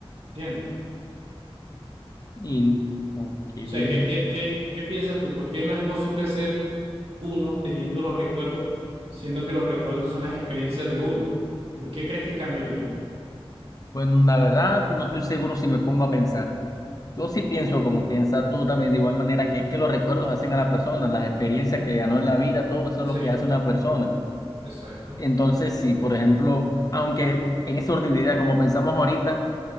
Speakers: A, on the right; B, on the left.
A: ¿Entiendes?
B: Y, ok.
A: O sea, ¿qué, qué, qué, qué piensas tú? ¿Por qué no es posible ser uno teniendo los recuerdos, siendo que los recuerdos son las experiencias de uno? ¿Por qué crees que cambiaría?
B: Bueno, la verdad, no estoy seguro si me pongo a pensar. Yo sí pienso como piensas tú también, de igual manera que es que los recuerdos hacen a la persona, las experiencias que ganó en la vida, todo eso
A: Sí,
B: es lo que hace una persona.
A: exacto,
B: Entonces, si, por ejemplo, aunque en esa orden de ideas, como pensamos ahorita,